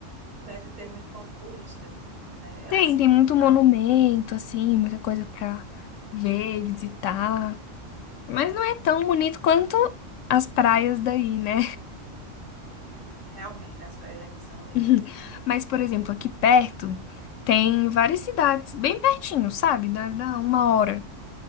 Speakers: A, on the right; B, on the left.
A: deve ter muito ponto turista, né?
B: Tem,
A: Assim,
B: tem
A: cultural.
B: muito monumento, assim, muita coisa pra ver, visitar. Mas não é tão bonito quanto as praias daí, né?
A: É, realmente, as praias aqui são lindas.
B: <laughs> Mas, por exemplo, aqui perto tem várias cidades, bem pertinho, sabe? Dá, dá uma hora.